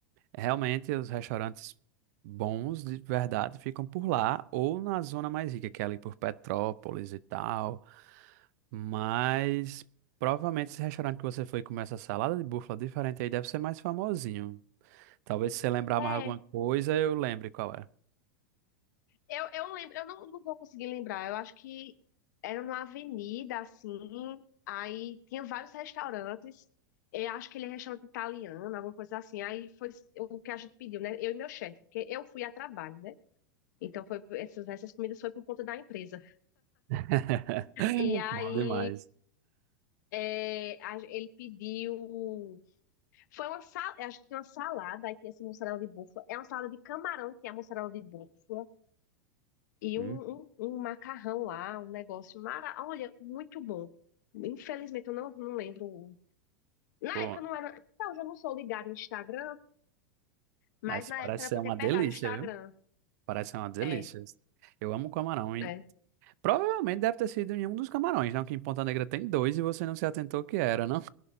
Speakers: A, on the right; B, on the left.
A: realmente os restaurantes bons de verdade ficam por lá ou na zona mais rica, que é ali por Petrópolis e tal, mas provavelmente esse restaurante que você foi comer essa salada de búfala diferente aí deve ser mais famosinho. Talvez se você lembrar
B: é.
A: mais alguma coisa, eu lembre qual é.
B: Eu, eu, lembro, eu não, não vou conseguir lembrar. Eu acho que era numa avenida, assim. Aí tinha vários restaurantes. Eu acho que ele é restaurante italiano, alguma coisa assim. Aí foi o que a gente pediu, né? Eu e meu chefe, porque eu fui a trabalho, né? Então foi essas, essas comidas foi por conta da empresa.
A: <laughs>
B: E aí
A: Bom demais.
B: é, a- ele pediu. Foi uma salada, a gente tinha uma salada, aí tinha essa mussarela de búfala. É uma salada de camarão que é a mussarela de búfala. E
A: Hum,
B: um, um, um macarrão lá, um negócio mara... Olha, muito bom. Infelizmente, eu não, não lembro. Na
A: pô,
B: época não era. Não, eu já não sou ligada no Instagram, mas
A: mas
B: na
A: parece
B: época era
A: ser
B: pra eu
A: uma
B: ter pegado
A: delícia,
B: o Instagram.
A: viu? Parece ser uma delícia.
B: É,
A: Eu amo camarão. E
B: é.
A: provavelmente deve ter sido em um dos camarões, não? Que em Ponta Negra tem dois e você não se atentou que era, não?